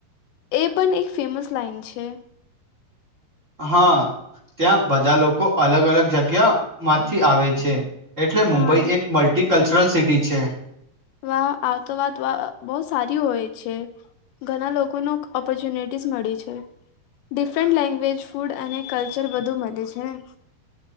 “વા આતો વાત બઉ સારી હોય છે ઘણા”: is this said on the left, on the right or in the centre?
Left